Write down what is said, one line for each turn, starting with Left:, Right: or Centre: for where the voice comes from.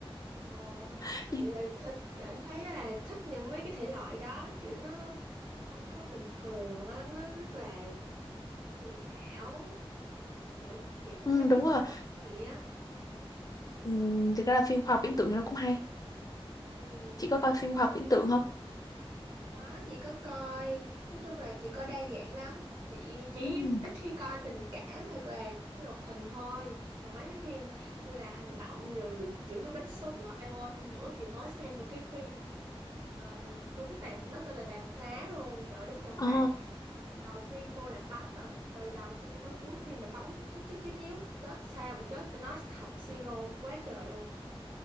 Right: ờ,
Left: <laughs>
Right: chị là thích cảm thấy là thích những mấy cái thể loại đó kiểu nó nó không có bình thường á nó rất là kỳ ảo kiểu chị thích
Left: ừ,
Right: mấy cái
Left: đúng
Right: mới
Left: rồi
Right: mới vậy á
Left: Ừm, thực ra là phim khoa học viễn tưởng thì nó cũng hay
Right: ừ.
Left: chị có coi phim khoa
Right: xong
Left: học viễn tưởng không
Right: Có, chị có coi, nói chung là chị coi đa dạng lắm. Chị chỉ
Left: Ừm.
Right: ít khi coi tình cảm hoặc là cái hoạt hình thôi. Còn mấy cái phim như là hành động rồi kiểu như bắn súng á, eo ơi hôm nữa chị mới xem một cái phim ờ, đúng tàn nó tên là Tàn Phá luôn, trời ơi, đúng Tàn
Left: Ờ.
Right: Phá. Đầu phim vô là bắn à, từ đầu phim cho tới cuối phim là bắn chiếu chiếu chiếu chiếu, chết sao mà chết, tao nói học siro quá trời luôn.